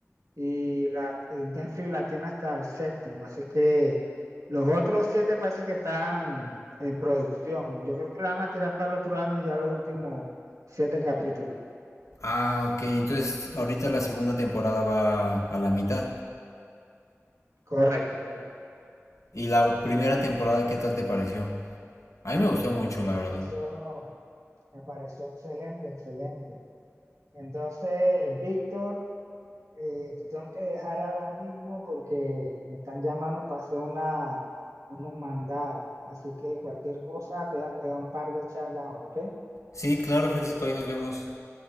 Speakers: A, on the right; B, on the left.
A: y la, el Netflix la tiene hasta el séptimo, así que los otros siete parece que están en producción. Yo creo que la van a tirar para el otro año ya los últimos siete capítulos.
B: Ah, ok, entonces ahorita la segunda temporada va a la mitad.
A: Correcto, correcto.
B: ¿Y la primera temporada qué tal te pareció? A mí me gustó mucho,
A: Me
B: la verdad.
A: pareció, me pareció excelente, excelente. Entonces, Víctor, Eh, te tengo que dejar ahora mismo porque me están llamando para hacer una, unos mandados. Así que cualquier cosa te voy a pegar un par de chats ahora, ¿ok?
B: Sí, claro, Francisco, ahí nos vemos.